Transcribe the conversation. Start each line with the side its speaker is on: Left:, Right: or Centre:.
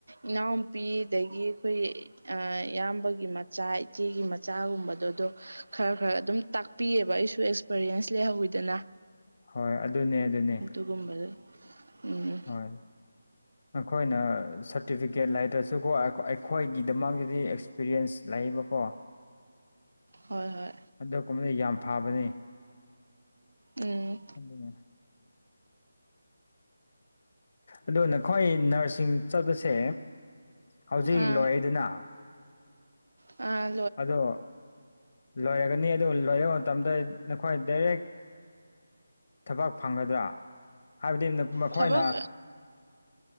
Right: ꯏꯅꯥꯎꯨꯄꯤ ꯑꯗꯒꯤ ꯑꯩꯈꯣꯏ ꯏꯌꯥꯝꯕꯒꯤ ꯃꯆꯥ ꯏꯆꯦꯒꯤ ꯃꯆꯥꯒꯨꯝꯕꯗꯗꯣ ꯈꯔ ꯈꯔ ꯑꯗꯨꯝ ꯇꯥꯛꯄꯤꯑꯕ ꯑꯩꯁꯨ ꯑꯦꯛꯁꯄꯔꯤꯌꯦꯟꯁ ꯂꯩꯍꯧꯋꯤꯗꯅ
Left: ꯍꯣꯏ ꯑꯗꯨꯅꯦ ꯑꯗꯨꯅꯤ
Right: ꯇꯒꯨꯝꯕꯗ ꯎꯝ
Left: ꯍꯣꯏ ꯅꯈꯣꯏꯅ ꯁꯥꯔꯇꯤꯐꯤꯀꯦꯠ ꯂꯩꯗ꯭ꯔꯁꯨꯀꯣ ꯑꯩꯈꯣꯏꯒꯤꯗꯃꯛꯇꯗꯤ ꯑꯦꯛꯁꯄꯤꯔꯤꯌꯦꯟꯁ ꯂꯩꯌꯦꯕꯀꯣ
Right: ꯍꯣꯏ ꯍꯣꯏ
Left: ꯑꯗꯨꯒ ꯀꯨꯝꯕꯗ ꯌꯥꯝ ꯐꯕꯅꯤ
Right: ꯎꯝ
Left: ꯍꯅꯦ ꯑꯗꯣ ꯅꯈꯣꯏ ꯅꯔꯁꯁꯤꯡ ꯆꯠꯄꯁꯦ ꯍꯧꯖꯤꯛ
Right: ꯑꯥ
Left: ꯂꯣꯏꯔꯤꯗꯅ
Right: ꯑ
Left: ꯑꯗꯣ ꯂꯣꯏꯔꯒꯅꯤ ꯑꯗꯨ ꯂꯣꯏꯔꯕ ꯃꯇꯝꯗ ꯅꯈꯣꯏ ꯗꯥꯏꯔꯦꯛ ꯊꯕꯛ ꯐꯪꯒꯗ꯭ꯔꯥ ꯍꯥꯏꯕꯗꯤ ꯃꯈꯣꯏꯅ
Right: ꯊꯕꯛ